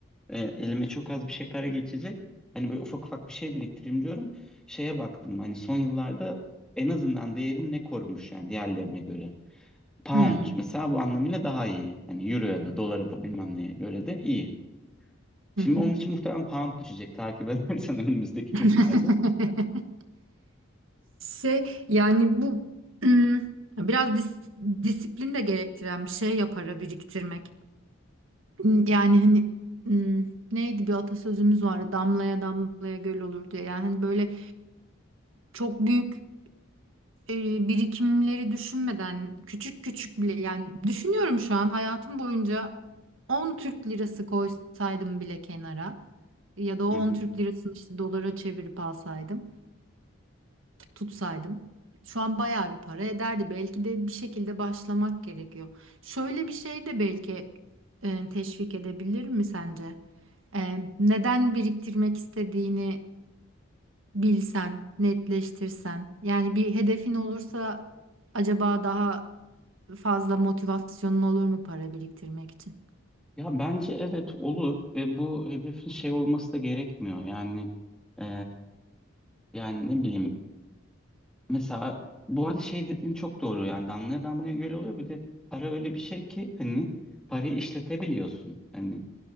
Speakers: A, in the centre; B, on the right.
A: E, elime çok az bir şey para geçecek. Hani böyle ufak ufak bir şey biriktireyim diyorum. Şeye baktım hani son yıllarda en azından değerini ne korumuş yani diğerlerine göre. Pound
B: Hmm.
A: mesela bu anlamıyla daha iyi. Hani euroya da dolara da bilmem neye göre de iyi. Şimdi
B: Hı hı.
A: onun için muhtemelen pound düşecek takip edersen <laughs> önümüzdeki
B: <laughs>
A: günlerde.
B: Şey yani bu hmm, biraz dis- disiplin de gerektiren bir şey yapara biriktirmek. Yani hani hmm, neydi bir atasözümüz vardı damlaya damlaya göl olur diye. Yani hani böyle çok büyük e, birikimleri düşünmeden küçük küçük bile yani düşünüyorum şu an hayatım boyunca 10 Türk lirası koysaydım bile kenara ya da o
A: Hı
B: 10
A: hı.
B: Türk lirasını işte dolara çevirip alsaydım. tutsaydım şu an bayağı bir para ederdi. Belki de bir şekilde başlamak gerekiyor. Şöyle bir şey de belki e, teşvik edebilir mi sence? E, neden biriktirmek istediğini bilsen, netleştirsen. Yani bir hedefin olursa acaba daha fazla motivasyonun olur mu para biriktirmek için?
A: Ya bence evet olur ve bu hedefin şey olması da gerekmiyor. Yani e, yani ne bileyim Mesela bu arada şey dediğin çok doğru yani damlaya damlaya göl oluyor bir de para öyle bir şey ki hani parayı işletebiliyorsun hani